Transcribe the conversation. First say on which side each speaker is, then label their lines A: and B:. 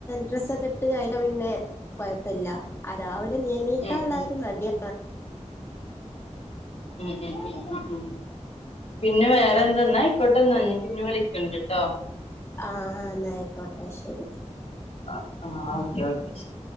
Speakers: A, on the left (about 20°); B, on the left (about 60°).
A: ഡ്രസ്സൊക്കെ ഇട്ട് കഴിഞ്ഞാ പിന്നെ കൊഴപ്പവില്ല ആ രാവിലെ എണീക്കാൻ
B: ഉം
A: ഉള്ള
B: ഉം
A: ഒരു മടിയാ
B: ഉം ഉം ഉം ഉം പിന്നെ വേ റേ പിന്നെന്താ എന്നാ ആയിക്കോട്ടെ പിന്നെ വിളിക്കണ്ട് ട്ടോ
A: ആഹ് ആഹ് എന്നാ ആയിക്കോട്ടെ ശരി
B: ആഹ് ആഹ് ഓക്കെ ഓക്കെ ശരി